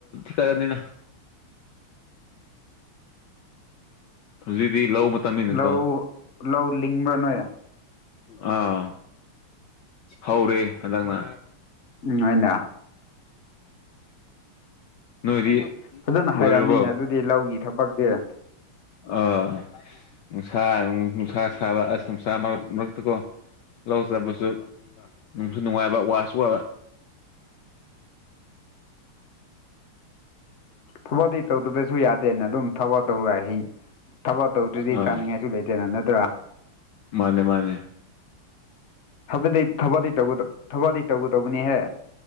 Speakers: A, on the left (about 65°); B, on the left (about 40°).
A: ꯈꯔꯅꯤꯅ ꯍꯧꯖꯤꯛꯇꯤ ꯂꯧ ꯃꯇꯝꯅꯤꯅꯀꯣ
B: ꯂꯧ ꯂꯧ ꯂꯤꯡꯕ꯭ꯔꯥ ꯅꯣꯏ
A: ꯑꯥ ꯍꯧꯔꯦ ꯍꯟꯗꯛꯅ
B: ꯎꯪ ꯑꯩꯅ
A: ꯅꯣꯏꯗꯤ
B: ꯐꯖꯅ ꯍꯥꯏꯔꯝꯅꯤꯅꯦ
A: ꯂꯣꯏꯔꯕꯣ
B: ꯑꯗꯨꯗꯤ ꯂꯧꯒꯤ ꯊꯕꯛꯇꯤ
A: ꯑꯥ ꯅꯨꯡꯁꯥ ꯅꯨꯡꯁꯥ ꯁꯥꯕ ꯑꯁ ꯅꯨꯡꯁꯥ ꯃꯔꯛ ꯃꯔꯛꯇꯀꯣ ꯂꯧ ꯆꯠꯄꯁꯨ ꯅꯨꯡꯁꯨ ꯅꯨꯡꯉꯥꯏꯕ ꯋꯥꯁꯨ ꯋꯥꯕ
B: ꯊꯕꯛꯗꯤ ꯇꯧꯗꯕꯁꯨ ꯌꯥꯗꯦꯅ ꯑꯗꯨꯝ ꯊꯕꯛ ꯇꯧꯔꯍꯤꯡ ꯊꯕꯛ ꯇꯧꯗ꯭ꯔꯗꯤ
A: ꯑꯥ
B: ꯆꯥꯅꯤꯡꯉꯥꯏꯁꯨ ꯂꯩꯇꯦꯅ ꯅꯠꯇ꯭ꯔꯥ
A: ꯃꯥꯅꯦ ꯃꯥꯅꯦ
B: ꯊꯕꯗꯤ-ꯊꯕꯗꯤ ꯇꯧꯒꯗ ꯊꯕꯗꯤ ꯇꯧꯒꯗꯧꯕꯅꯤꯍꯦ